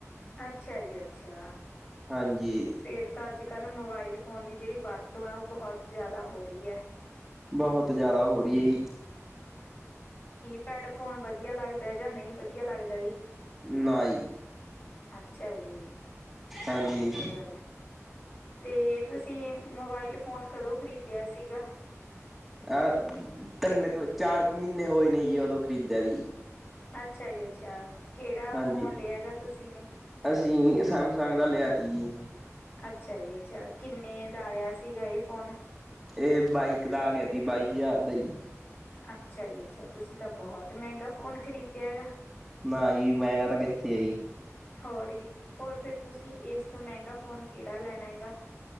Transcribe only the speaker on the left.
ਅੱਛਾ ਜੀ ਅੱਛਾ,
ਫਿਰ ਤਾਂ ਅੱਜ ਕੱਲ੍ਹ ਮੋਬਾਇਲ ਫੋਨ ਦੀ ਜਿਹੜੀ ਵਰਤੋਂ ਹੈ ਉਹ ਬਹੁਤ ਜ਼ਿਆਦਾ ਹੋ ਰਹੀ ਹੈ।
ਪੈਡ ਫੋਨ ਵਧੀਆ ਲੱਗਦਾ ਜਾਂ ਨਹੀਂ ਵਧੀਆ ਲੱਗਦਾ ਜੀ।
ਅੱਛਾ ਜੀ, ਚਲੋ
ਵਧੀਆ ਗੱਲ ਹੈ। ਤੇ ਤੁਸੀਂ ਮੋਬਾਇਲ ਫੋਨ ਕਦੋਂ ਖਰੀਦਿਆ ਸੀਗਾ?
ਅੱਛਾ ਜੀ ਅੱਛਾ, ਕਿਹੜਾ
ਫੋਨ ਲਿਆਗਾ ਤੁਸੀਂ ਨੇ?
ਅੱਛਾ ਜੀ ਅੱਛਾ ਕਿੰਨੇ ਦਾ ਆਇਆ ਸੀਗਾ ਇਹ ਫੋਨ?
ਅੱਛਾ ਜੀ ਅੱਛਾ ਤੁਸੀਂ ਤਾਂ ਬਹੁਤ ਮਹਿੰਗਾ ਫੋਨ ਖਰੀਦਿਆ ਏਗਾ।
ਹੋਰ ਹੀ ਹੋਰ ਫਿਰ ਤੁਸੀਂ ਇਸ ਤੋਂ ਮਹਿੰਗਾ ਫੋਨ ਕਿਹੜਾ ਲੈਣਾ ਗਾ।